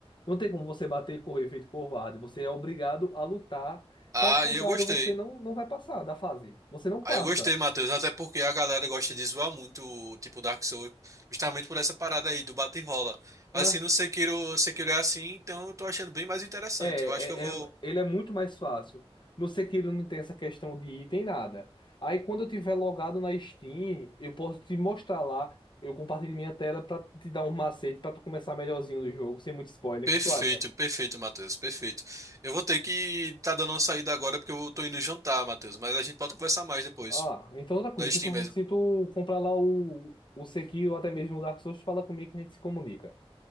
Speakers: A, on the left; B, on the right.
A: Não tem como você bater e correr feito covarde, você é obrigado a lutar.
B: Ah,
A: Caso contrário,
B: e eu gostei.
A: você não, não vai passar da fase. Você não passa.
B: Aí eu gostei, Matheus, até porque a galera gosta de zoar muito, tipo, Dark Souls, justamente por essa parada aí do bate e rola. Mas
A: né?
B: se no Sekiro, Sekiro é assim, então eu tô achando bem mais interessante.
A: É,
B: Eu acho que eu vou.
A: é, é- ele é muito mais fácil. No Sekiro não tem essa questão de item, nada. Aí quando eu tiver logado na Steam, eu posso te mostrar lá. Eu compartilho minha tela pra te dar um macete pra tu começar melhorzinho no jogo, sem muito spoiler.
B: Perfeito,
A: O que tu acha?
B: perfeito, Matheus, perfeito. Eu vou ter que tá dando uma saída agora porque eu tô indo jantar, Matheus, mas a gente pode conversar mais depois,
A: Ah, então outra coisa.
B: na Steam
A: Se tu,
B: mesmo.
A: se tu comprar lá o, o Sekiro ou até mesmo o Dark Souls, fala comigo que a gente se comunica.